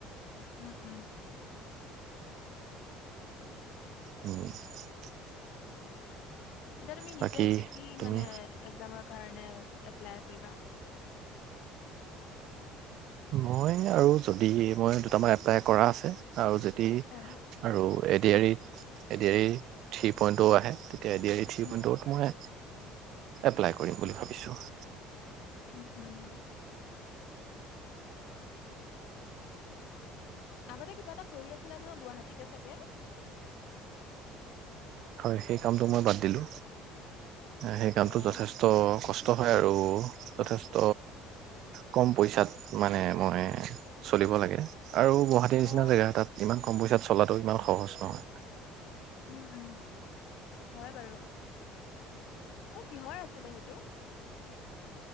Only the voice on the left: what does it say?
উম উম
এতিয়া তুমি নিজে
কি কি
মানে একজামৰ কাৰণেও এপ্লাই কৰিবা
অ
উম
উম উম আগতে কিবা এটা কৰি আছিলে নহয় গুৱাহাটী তেতিয়া ছাগে।
অ
অ
উম উম হয় বাৰু ন কিহৰ আছিলে সেইটো।